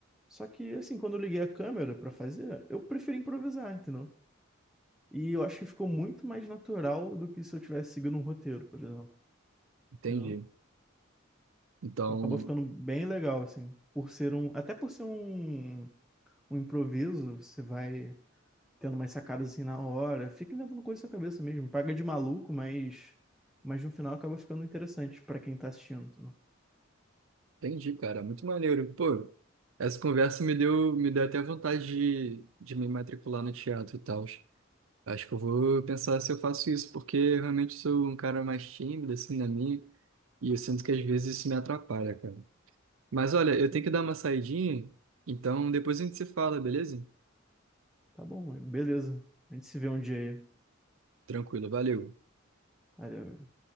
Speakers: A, in the centre; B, on the right (about 75°).
A: Só que, assim, quando eu liguei a câmera pra fazer, eu preferi improvisar, entendeu? E eu acho que ficou muito mais natural do que se eu tivesse seguido um roteiro, por exemplo,
B: entendi.
A: entendeu?
B: Então,
A: Então acabou ficando bem legal, assim, por ser um, até por ser um, um improviso, você vai tendo umas sacadas assim na hora, fica inventando coisa na sua cabeça mesmo, paga de maluco, mas mas no final acaba ficando interessante pra quem tá assistindo,
B: entendi, cara. Muito maneiro. Pô, essa conversa me deu, me deu até vontade de, de me matricular no teatro e tal. Acho que eu vou pensar se eu faço isso, porque eu realmente sou um cara mais tímido, assim, na minha, e eu sinto que às vezes isso me atrapalha, cara. Mas olha, eu
A: entendeu?
B: tenho que dar uma saidinha, então depois a gente se fala, beleza?
A: Tá bom, mãe. Beleza. A gente se vê um dia aí.
B: Tranquilo, valeu.
A: Valeu, meu.